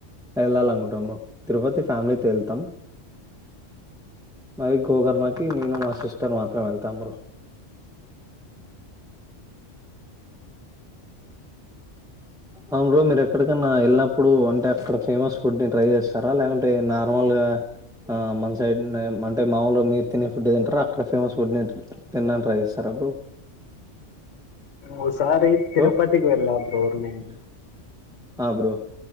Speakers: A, in the centre; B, on the left.
A: వెళ్ళాల అనుకుంటున్నాము తిరుపతి ఫ్యామిలీతో వెళ్తాం మరి గోకర్ణ కి కి నేను మా సిస్టర్ మాత్రం వెళ్తాం బ్రో అవును బ్రో మీరు ఎక్కడికన్నా వెళ్ళినప్పుడు అంటే అక్కడ ఫేమస్ ఫుడ్ ని ట్రై చేస్తారా లేకుంటే నార్మల్ గా మన సైడ్ అంటే మాముూలు మీరు తినే ఫుడ్ తింటారా అక్కడ ఫేమస్ ఫుడ్ నే తినడానికి ట్రై చేస్తారా బ్రో
B: ఓ సారి తిరుపతికి
A: బ్రో
B: వెళ్ళ బ్రో నేను
A: ఆ బ్రో